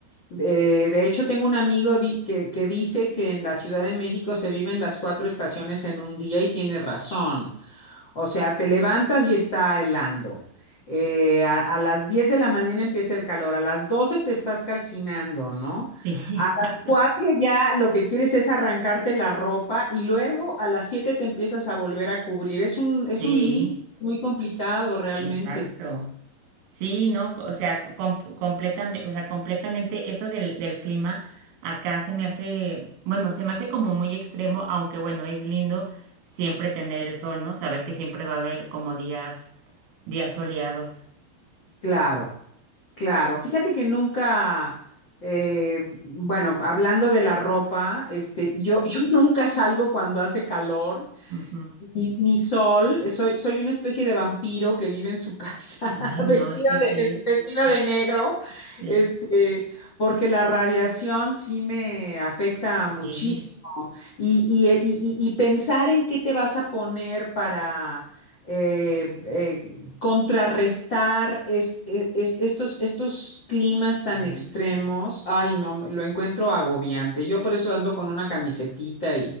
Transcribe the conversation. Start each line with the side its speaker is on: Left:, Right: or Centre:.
Left: De, de hecho, tengo un amigo di- que, que dice que en la Ciudad de México se viven las cuatro estaciones en un día y tiene razón. O sea, te levantas y está helando. Eh, a, a las 10 de la mañana empieza el calor, a las 12 te estás calcinando, ¿no?
Right: Sí,
Left: A
Right: exacto.
Left: las 4 ya lo que quieres es arrancarte la ropa y luego a las 7 te empiezas a volver a cubrir. Es un, es
Right: Sí,
Left: un lío, es muy complicado realmente.
Right: exacto. Sí, no, o sea, completamente, o sea, completamente eso del, del clima acá se me hace, bueno, se me hace como muy extremo, aunque bueno, es lindo siempre tener el sol, ¿no? Saber que siempre va a haber como días, días soleados.
Left: Claro, claro. Fíjate que nunca, eh, bueno, hablando de la ropa, este, yo, <laughs> yo nunca salgo cuando hace calor.
Right: Ujú.
Left: Ni, ni sol, soy, soy una especie de vampiro que vive en su casa,
Right: Ay,
Left: <laughs>
Right: no,
Left: vestida
Right: es que sí,
Left: de, ves- vestida
Right: es,
Left: de negro,
Right: eh,
Left: este, porque la radiación sí me afecta muchísimo.
Right: sí, sí,
Left: Y, y- y- y- y pensar en qué te vas a poner para eh, eh, contrarrestar est- e- est- estos, estos climas tan extremos, ay, no, me- lo encuentro agobiante. Yo por eso ando con una camisetita